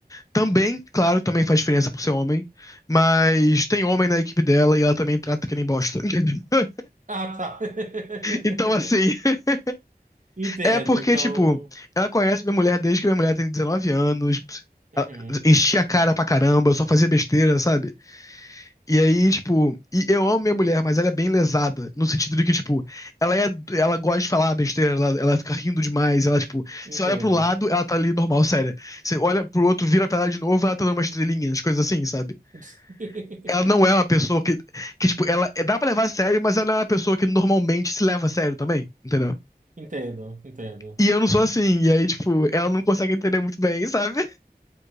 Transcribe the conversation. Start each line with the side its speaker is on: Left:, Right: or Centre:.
Left: também, claro, também faz diferença por ser homem, mas tem homem na equipe dela e ela também trata que nem bosta. <laughs>
Right: Ah, tá. <laughs>
Left: Então, assim, <laughs>
Right: Entendo,
Left: é porque,
Right: então.
Left: tipo, ela conhece minha mulher desde que minha mulher tem 19 anos,
Right: Uhum,
Left: ela enchia a cara pra caramba, só fazia besteira, sabe? E aí, tipo, e eu amo minha mulher, mas ela é bem lesada, no sentido de que, tipo, ela é, ela gosta de falar besteira, ela, ela fica rindo demais, ela, tipo,
Right: entendo.
Left: você olha pro lado, ela tá ali normal, séria. Você olha pro outro, vira pra ela de novo, ela tá dando uma estrelinha, as coisas assim, sabe?
Right: <laughs>
Left: Ela não é uma pessoa que, que tipo, ela é, dá pra levar a sério, mas ela é uma pessoa que normalmente se leva a sério também, entendeu?
Right: Entendo, entendo.
Left: E eu não sou assim, e aí, tipo, ela não consegue entender muito bem, sabe?